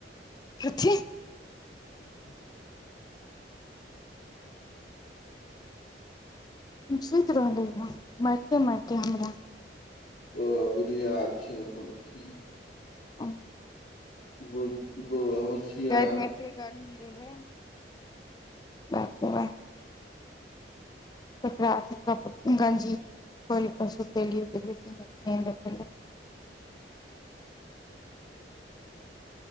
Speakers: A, on the left; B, on the left.
A: कथी
B: ह्म
A: सुति रहले ओ मारिते मारिते हमरा
B: बौआ बुद्धियार छै अपन की।
A: <unintelligible>
B: ब बौआ होसियार
A: राति मे एते
B: छै
A: <unintelligible> <unintelligible> <unintelligible>